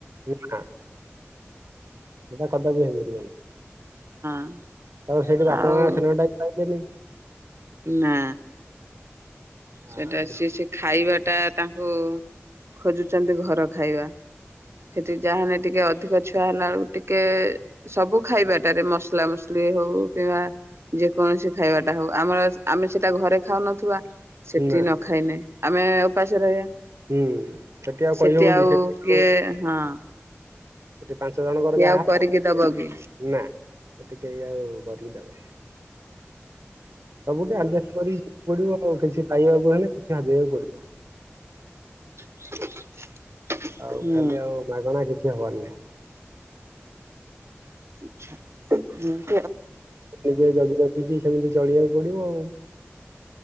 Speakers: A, on the right; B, on the right.
A: ଏଟା କଦ ବି ହେଇପାରିବ
B: ହଁ
A: ତ ସେଠି ବାପ
B: ଆଉ
A: ମାଙ୍କ ସେ ନହି
B: ନା
A: ଆଉ
B: ସେଟା ସ ସେ ଖାଇବା ଟା ତାଙ୍କୁ ଖୋଜୁଛନ୍ତି ଘର ଖାଇବା ସେଠି ଯାହାାନଲେ ଟିକେ ଅଧିକ ଛୁଆ ହେଲା ବେଳକୁ ଟିକେ ସବୁ ଖାଇବାଟାରେ ମସଲା ମସଲି ହଉ କିମ୍ବା ଯେକୌଣସି ଖାଇବାଟା ହଉ ଆମର ଆମେ ସେଟା ଘରେ ଖାଉନଥିବା ସେଠି
A: ନା
B: ନ ଖାଇ ନହିଁ। ଆମେ ଉପାସ ରହିବା
A: ହୁଁ ଆଉ
B: ସେଠି
A: କହିହବ
B: ଆଉ
A: କି
B: କିଏ
A: ଆଉ
B: ହଁ
A: ସେଠି ପାଞ୍ଚ ଜଣଙ୍କର
B: କିଏ
A: ଯାହା
B: ଆଉ
A: ହବ
B: କରିକି ଦବ କି
A: ନା ସେଠ କେହି ଆଉ କରିକି ଦେବନି ସବୁଠି ଆଡ କରିକି ଯକୁ ପଡିବ ଆଉ କିଛି ପାଇବାକୁ ହେଲେ କି ହଜେଇବାକୁ ପଡିବ
B: <inaudible>
A: ଆଉ
B: ହୁଁ।
A: ଖାଲି ଆଉ ମାଗଣା କିଛି ହବାରି ନାଇଁ
B: ଆଛା ହୁଁ।
A: ନିଜେ ଜଗି ରଖିକି ସେମିତି ଚଳିବାକୁ ପଡିବ ଆଉ